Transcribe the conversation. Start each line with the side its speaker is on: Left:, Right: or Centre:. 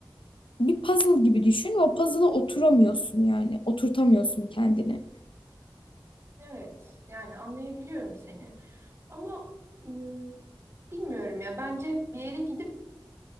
Left: bir puzzle gibi düşün ve o puzzle'a oturamıyorsun yani. Oturtamıyorsun kendini.
Right: Evet. Yani anlayabiliyorum seni. Ama ım, bilmiyorum ya. Bence bir yere gidip